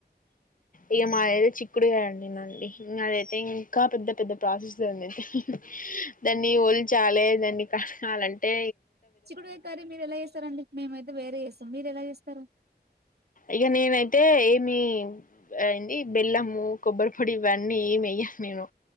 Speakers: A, on the left; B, on the right.
A: ఇక మాదియితే చిక్కుడుగా అండి నడి ఇం అదైతే ఇంకా పెద్ద పెద్ద ప్రాసెస్ందియితే దాన్ని వల్చాలి దాన్ని కలాలంటే
B: చికుడుకాయ కర్ర మీరు ఎలా చేస్తారం అడి మేమయితే వేరే వేస్ మీర్ ఎలా చేస్తారు
A: ఇక నేనైతే ఏమి అంది బెల్లము కొబ్బరి పొడి ఇవన్నీ ఏమెయ్యను నేను